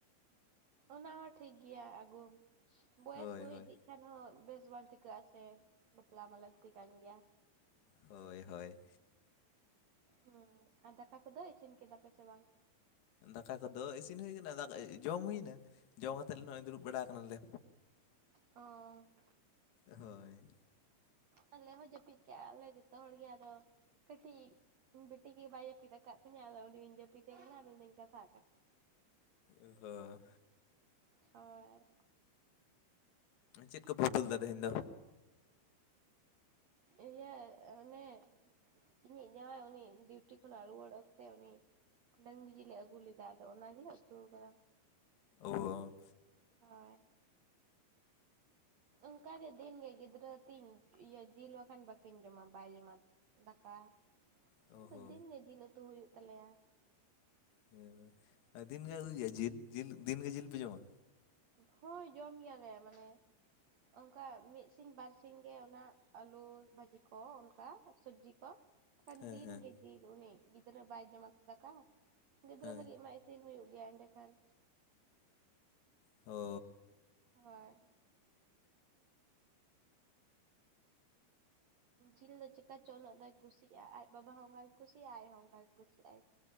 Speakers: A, on the right; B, on the left.
A: ᱚᱱᱟ ᱦᱚᱸ ᱴᱷᱤᱠ ᱜᱮᱭᱟ ᱟᱹᱜᱩ ᱵᱚᱭᱮᱥ
B: ᱦᱳᱭ
A: ᱠᱚ ᱦᱩᱭ
B: ᱦᱳᱭ
A: ᱤᱫᱤᱜ ᱮᱱᱦᱚᱸ ᱵᱮᱥ ᱵᱟᱝ ᱴᱷᱤᱠᱟᱹᱜ-ᱟ ᱥᱮ ᱵᱟᱯᱞᱟ ᱢᱟ ᱞᱟᱹᱠᱛᱤ ᱠᱟᱱ ᱜᱮᱭᱟ᱾
B: ᱦᱳᱭ ᱦᱳᱭ᱾
A: ᱦᱩᱸ, ᱟᱨ ᱫᱟᱠᱟ ᱠᱚᱫᱚ ᱤᱥᱤᱱ ᱠᱮᱫᱟ ᱯᱮ ᱥᱮ ᱵᱟᱝ?
B: ᱫᱟᱠᱟ ᱠᱚᱫᱚ ᱤᱥᱤᱱ ᱦᱩᱭ ᱠᱟᱱᱟ ᱫᱟᱠᱟ ᱡᱚᱢ ᱦᱩᱭᱱᱟ᱾ ᱡᱚᱢ ᱟᱛᱮᱜ ᱱᱚᱜ-ᱚᱭ ᱫᱩᱲᱩᱵ ᱵᱟᱲᱟ ᱠᱟᱱᱟ ᱞᱮ᱾
A: ᱚᱸ,
B: ᱦᱳᱭ,
A: ᱟᱞᱮ ᱦᱚᱸ ᱡᱟᱹᱯᱤᱜ ᱠᱮᱜ-ᱟ ᱞᱮ ᱡᱚᱛᱚ ᱦᱚᱲ ᱜᱮ ᱟᱫᱚ᱾ ᱠᱟᱹᱴᱤᱡ ᱵᱤᱴᱤ ᱜᱮ ᱵᱟᱭ ᱡᱟᱯᱤᱫ ᱟᱠᱟᱜ ᱛᱤᱧᱟ ᱟᱫᱚ ᱩᱱᱤ ᱜᱤᱧ ᱡᱟᱹᱯᱤᱛᱮ ᱠᱟᱱᱟ ᱟᱫᱚ ᱤᱧᱫᱚᱧ ᱠᱟᱛᱷᱟ,
B: ᱮᱜ, ᱦᱳᱭ,
A: ᱦᱳᱭ,
B: ᱪᱮᱫ ᱠᱚᱯᱮ ᱩᱛᱩᱞ ᱞᱮᱫᱟ ᱛᱮᱦᱮᱸᱧ ᱫᱚ?
A: ᱤᱞᱟᱹ ᱚᱱᱮ ᱤᱧᱤᱡ ᱡᱟᱸᱣᱟᱭ ᱩᱱᱤ ᱰᱤᱣᱴᱤ ᱠᱷᱚᱱᱟᱜ ᱨᱩᱣᱟᱹᱲ ᱚᱠᱛᱮ ᱩᱱᱤ ᱰᱟᱝᱨᱤ ᱡᱤᱞᱮ ᱟᱹᱜᱩ ᱞᱮᱫᱟ ᱟᱫᱚ ᱚᱱᱟ ᱜᱮᱞᱮ ᱩᱛᱩ ᱠᱟᱫᱟ᱾
B: ᱳ,
A: ᱦᱳᱭ, ᱚᱝᱱᱠᱟ ᱜᱮ ᱫᱤᱱ ᱜᱮ ᱜᱤᱫᱽᱨᱟᱹ ᱛᱤᱧ ᱤᱭᱟᱹ ᱡᱤᱞ ᱵᱟᱠᱷᱟᱱ ᱵᱟᱠᱤᱱ ᱡᱚᱢᱟ ᱵᱟᱭ ᱡᱚᱢᱟ ᱫᱟᱠᱟ
B: ᱚ
A: ᱚᱱᱟᱛᱮ
B: ᱦᱚ
A: ᱫᱤᱱ ᱜᱮ ᱡᱤᱞ ᱩᱛᱩ ᱦᱩᱭᱩᱜ ᱛᱟᱞᱮᱭᱟ᱾
B: ᱦᱮᱸ, ᱫᱤᱱ ᱜᱮ ᱟᱹᱜᱩᱭ ᱜᱮᱭᱟ ᱡᱤᱞ ᱡᱤᱞ ᱫᱤᱱ ᱜᱮ ᱡᱤᱞ ᱯᱮ ᱡᱚᱢᱟ?
A: ᱦᱳᱭ ᱡᱚᱢ ᱜᱮᱭᱟᱞᱮ ᱢᱟᱱᱮ ᱚᱝᱠᱟ ᱢᱤᱫ ᱥᱤᱧ ᱵᱟᱨ ᱥᱤᱧ ᱜᱮ ᱚᱱᱟ ᱟᱞᱩ ᱵᱷᱟᱡᱤ ᱠᱚ ᱚᱝᱠᱟ ᱥᱚᱵᱡᱤ ᱠᱚ, ᱠᱟᱱ
B: ᱦᱮᱸ
A: ᱫᱤᱱ
B: ᱦᱮᱸ
A: ᱜᱮ ᱡᱤᱞ ᱩᱱᱤ ᱜᱤᱫᱽᱨᱟᱹ ᱵᱟᱭ ᱡᱚᱢᱟ ᱛᱚ ᱫᱟᱠᱟ ᱜᱤᱫᱽᱨᱟᱹ
B: ᱦᱮᱸ
A: ᱞᱟᱹᱜᱤᱫ ᱢᱟ ᱤᱥᱱ ᱦᱩᱭᱩᱜ ᱜᱮᱭᱟ ᱮᱸᱰᱮ ᱠᱷᱟᱱ᱾
B: ᱦᱳ,
A: ᱦᱳᱭ, ᱡᱤᱞ ᱫᱚ ᱪᱮᱠᱟ ᱪᱚ ᱩᱱᱟᱹᱜ ᱫᱚᱭ ᱠᱩᱥᱤ-ᱟ ᱟᱡ ᱵᱟᱵᱟ ᱦᱚᱸ ᱚᱝᱠᱟ ᱜᱮ ᱠᱩᱥᱤᱭᱟᱜ ᱟᱡ ᱦᱚᱸ ᱚᱝᱠᱟ ᱜᱮ ᱠᱩᱥᱤᱜ-ᱟᱭ,